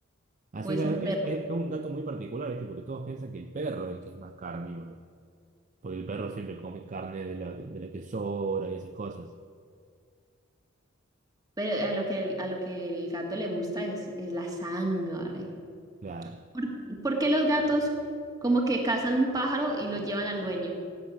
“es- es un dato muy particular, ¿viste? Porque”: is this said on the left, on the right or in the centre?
Right